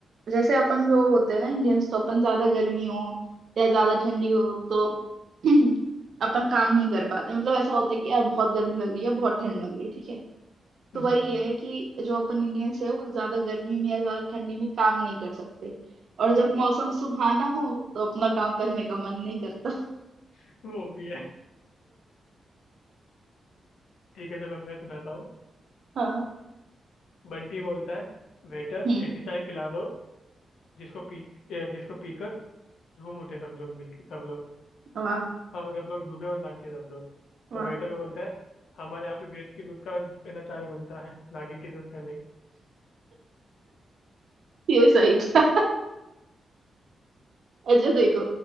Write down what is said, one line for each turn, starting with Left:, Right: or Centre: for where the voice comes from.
Right: जैसे अपन जो होते हैं ना इंडियंस तो अपन ज्यादा गर्मी हो या ज्यादा ठंडी हो तो <clears throat> अपन काम <laughs> <coughs> नहीं कर पाते मतलब ऐसा होता है कि यार बहुत गर्मी लग रही है बहुत ठंड लग रही है ठीक है तो
Left: हम्म
Right: वही है कि जो अपन इंडियंस है वो ज्यादा गर्मी में या ज्यादा ठंडी में काम नहीं कर सकते और जब मौसम सुहाना हो तो अपना काम करने का मन नहीं करता
Left: वो भी है ठीक है चलो मैं सुनाता हूँ
Right: हाँ
Left: बंटी बोलता है वेटर
Right: हम्म
Left: ऐसी चाय पिला दो जिसको पी ए, जिसको पीकर झूम उठे सब लोग मिलके सब लोग
Right: वाह
Left: हाँ मतलब सब लोग झूमे और नाचे सब लोग
Right: हाँ
Left: तो वेटर बोलता है हमारे यहाँ पे भैंस के दूध का है ना चाय बनता है नागिन के दूध का नहीं
Right: ये सही था अच्छा देखो